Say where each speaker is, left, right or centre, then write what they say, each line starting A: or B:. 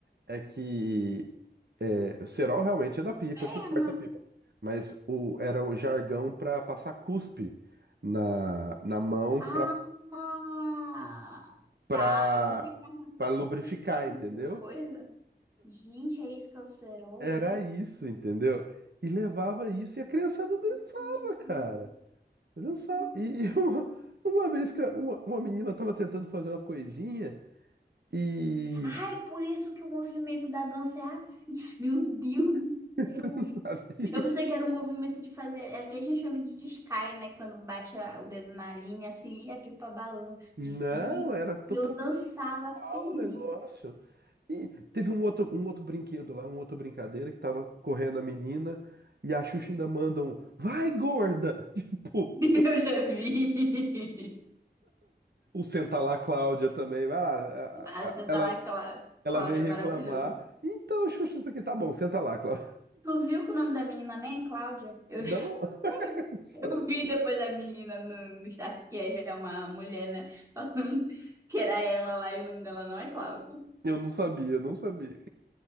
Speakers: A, on the right (about 65°); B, on the right (about 15°).
A: é que é, o cerol realmente é da pipa
B: Perma.
A: que corta a pipa, mas o, era o jargão para passar cuspe na, na mão
B: Ah,
A: para para
B: tá. Eu pensei que tava
A: lubrificar,
B: de perna,
A: entendeu?
B: essas coisas. Gente, é isso que é o cerol,
A: Era
B: é?
A: isso, entendeu? E levava isso e a criançada dançava,
B: Eu tava assim,
A: cara. Dançava.
B: sim.
A: E, e <laughs> uma, uma vez que uma, uma menina tava tentando fazer uma coisinha e
B: Ai, por isso que o movimento da dança é assim. Meu Deus do
A: <laughs> você
B: céu.
A: não sabia.
B: Eu pensei que era um movimento de fazer. É que a gente chama de descai, né? Quando bate a- o dedo na linha, assim, e a pipa balança.
A: Não,
B: Meu Deus.
A: era totalmente.
B: E eu dançava feliz.
A: o negócio. E teve um outro, um outro brinquedo lá, uma outra brincadeira que tava correndo a menina e a Xuxa ainda manda um vai, gorda! <laughs> Tipo,
B: <laughs> Eu já vi.
A: o senta lá Cláudia também, vai lá. a-
B: Ah, você
A: a- Ela,
B: tá lá, Clá-
A: ela
B: Cláudia,
A: veio
B: é
A: reclamar.
B: maravilhoso.
A: Então, Xuxa, isso aqui tá bom, senta lá, Cláudia.
B: Tu viu que o nome da menina nem é Cláudia? Eu,
A: Não, <laughs>
B: <laughs> eu vi depois da menina no, no Status, que é já é uma mulher, né? Falando que era ela lá e o nome dela não é Cláudia.
A: eu não sabia, não sabia.